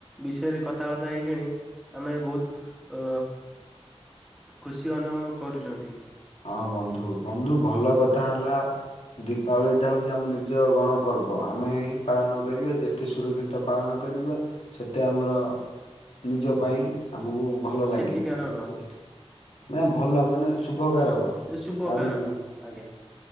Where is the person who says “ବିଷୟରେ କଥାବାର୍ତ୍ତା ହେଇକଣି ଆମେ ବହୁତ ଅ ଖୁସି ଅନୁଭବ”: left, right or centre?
Centre